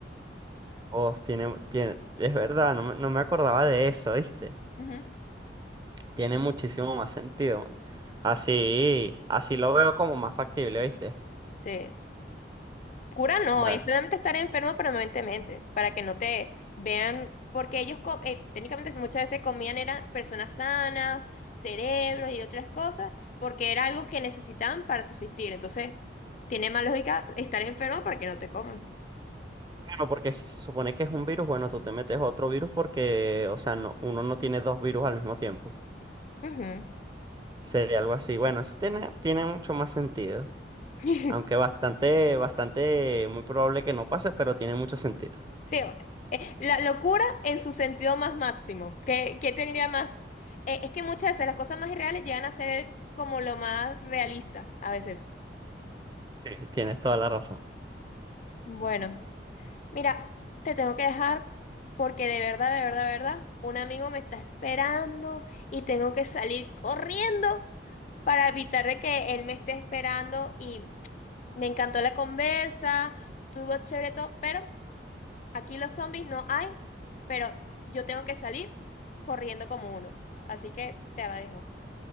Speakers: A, on the right (about 20°); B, on the left (about 40°).
A: Oh, tiene, tiene, es verdad, no me, no me acordaba de eso, ¿viste?
B: Ujú.
A: Tiene muchísimo más sentido. man. Así, así lo veo como más factible, ¿viste?
B: Sí. Cura no,
A: Bueno,
B: es solamente estar enfermo permanentemente, para que no te vean, porque ellos co- eh, técnicamente muchas veces comían eran personas sanas, cerebros y otras cosas, porque era algo que necesitaban para subsistir. Entonces, tiene más lógica estar enfermo para que no te coman.
A: claro, porque si se supone que es un virus, bueno, tú te metes otro virus porque, o sea, no, uno no tiene dos virus al mismo tiempo.
B: Ujú.
A: Sería algo así. Bueno, eso tiene, tiene mucho más sentido.
B: <laughs>
A: Aunque bastante, bastante, muy probable que no pase, pero tiene mucho sentido.
B: Sí, eh, la locura en su sentido más máximo. ¿Qué, qué tendría más? Eh, es que muchas veces las cosas más irreales llegan a ser como lo más realista, a veces.
A: Sí. Tienes toda la razón.
B: Bueno. Mira, te tengo que dejar porque de verdad, de verdad, de verdad, un amigo me está esperando y tengo que salir corriendo para evitar de que él me esté esperando y me encantó la conversa, estuvo chévere todo, pero aquí los zombies no hay, pero yo tengo que salir corriendo como uno. Así que te la dejo.